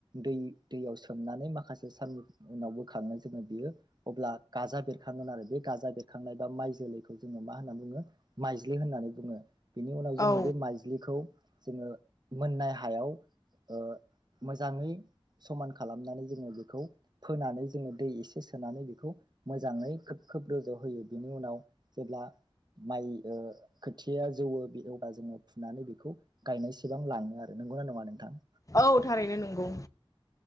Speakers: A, on the right (about 45°); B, on the left (about 35°).
A: दै दैयाव सोमनानै माखासे साननि उनाव बोखाङो जोङो बियो अब्ला गाजा बेरखांगोन आरो बे गाजा बेरखांनाय बा माइ जोलैखौ जोङो मा होनना बुङो माइज्लि होननानै बुङो। बिनि उनाव जोङो
B: औ
A: बे माइज्लिखौ जोङो मोननाय हायाव ओ मोजाङै समान खालामनानै जोङो बेखौ फोनानै जोङो दै एसे सोनानै बेखौ मोजाङै खोब खोब रज'होयो बेनि उनाव जेब्ला माइ ओ खोथिया जौवो बे एवदा जोङो फुनानै बेखौ गायनायसेबां लाङो आरो नंगौना नङा नोंथां
B: औ थारैनो नंगौ